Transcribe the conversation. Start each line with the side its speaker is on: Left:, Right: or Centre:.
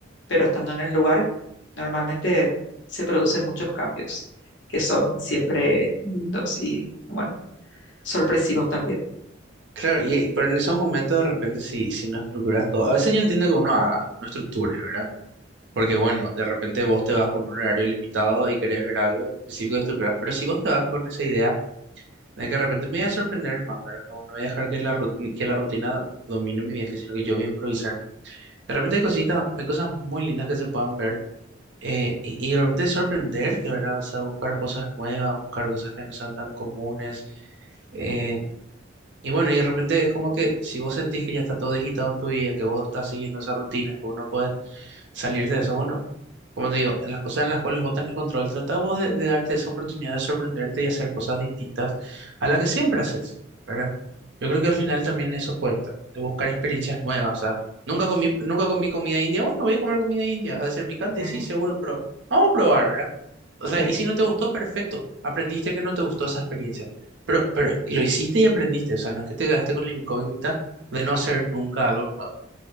Left: pero estando en el lugar, normalmente se producen muchos cambios que son siempre lindos y, bueno, sorpresivos también.
Right: Claro, y, pero en esos momentos de repente si, si no estructuras todo, a veces yo entiendo que uno, ah, uno estructure, ¿verdad? Porque bueno, de repente vos te vas con un horario limitado y querés ver algo en específico de estructuras, pero si vos te vas con esa idea de que de repente me voy a sorprender más, ¿verdad? No, no voy a dejar que la, rut- que la rutina domine mi viaje, sino que yo voy a improvisar. De repente hay cositas, hay cosas muy lindas que se puedan ver eh, y, y de repente sorprenderte, ¿verdad? O sea, buscar cosas nuevas, buscar cosas que no sean tan comunes. eh, y bueno, y de repente es como que si vos sentís que ya está todo digitado en tu vida, que vos estás siguiendo esa rutina, que vos no puedes salir de eso, bueno, como te digo, en las cosas en las cuales vos tenés control, tratá vos de, de darte esa oportunidad de sorprenderte y hacer cosas distintas a las que siempre haces, ¿verdad? Yo creo que al final también eso cuenta, de buscar experiencias nuevas, o sea, nunca comí, nunca comí comida india, bueno, voy a comer comida india, ha de ser picante,
Left: Eh,
Right: y sí, seguro, pero vamos a probar, ¿verdad? O sea,
Left: Sí,
Right: y si no te gustó, perfecto. Aprendiste que no te gustó esa experiencia. Pero, pero lo hiciste y aprendiste. O sea, no es que te quedaste con la incógnita de no hacer nunca algo nuevo.